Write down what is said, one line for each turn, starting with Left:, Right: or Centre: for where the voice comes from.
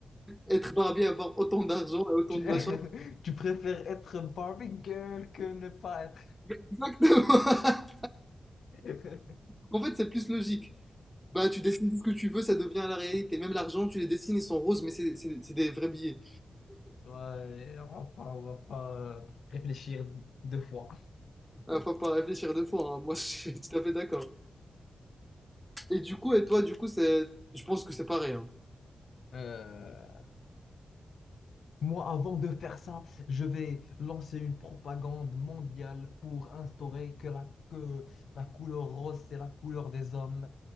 Centre: être barbier, avoir autant d'argent et autant
Left: Tu,
Centre: de
Left: <laughs>
Centre: machin.
Left: tu préfères être Barbie Girl que ne pas être.
Centre: Exactement. <laughs>
Left: <laughs>
Centre: En fait, c'est plus logique. Bah, tu dessines tout ce que tu veux, ça devient la réalité. Même l'argent, tu les dessines, ils sont roses, mais c'est c'est- c'est des vrais billets.
Left: Ouais, on va pas, on va pas euh, réfléchir deux fois.
Centre: Euh, faut pas réfléchir deux fois, hein. Moi, <laughs> je suis tout à fait d'accord. Et du coup, et toi, du coup, c'est, je pense que c'est pareil, hein.
Left: Euh, moi, avant de faire ça, je vais lancer une propagande mondiale pour instaurer que la, que la couleur rose, c'est la couleur des hommes.